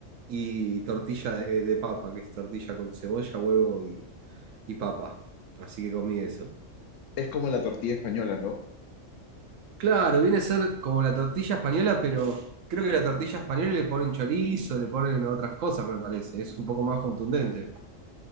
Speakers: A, on the right (about 80°); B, on the left (about 75°).
A: y tortilla de, de papa, que es tortilla con cebolla, huevo y, y papa. Así que comí eso.
B: Es como la tortilla española, ¿no?
A: Claro, viene a ser como la tortilla española, pero creo que la tortilla española le ponen chorizo, le ponen otras cosas, me parece. Es un poco más contundente.